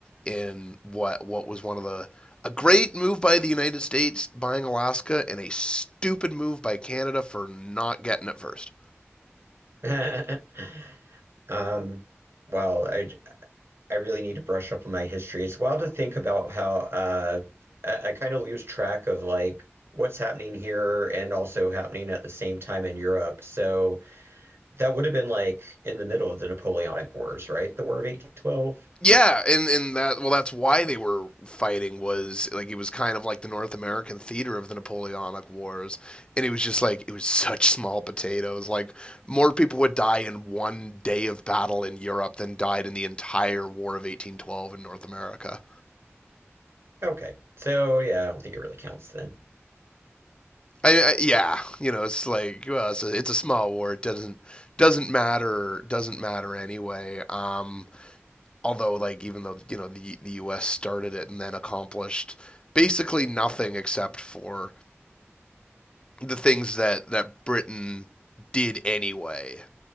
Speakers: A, on the left; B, on the right.
A: in what what was one of the a great move by the United States buying Alaska and a stupid move by Canada for not getting it first.
B: <laughs> um, well, I, I really need to brush up on my history. It's wild to think about how uh, I, I kind of lose track of like what's happening here and also happening at the same time in Europe. So that would have been like in the middle of the Napoleonic Wars, right? The War of 1812.
A: Yeah, and and that well that's why they were fighting was like it was kind of like the North American theater of the Napoleonic Wars and it was just like it was such small potatoes like more people would die in one day of battle in Europe than died in the entire War of 1812 in North America.
B: Okay. So yeah, I don't think it really counts then.
A: I, I yeah, you know, it's like well, it's a it's a small war. It doesn't doesn't matter doesn't matter anyway. Um, although like even though you know the the U.S. started it and then accomplished basically nothing except for the things that that Britain did anyway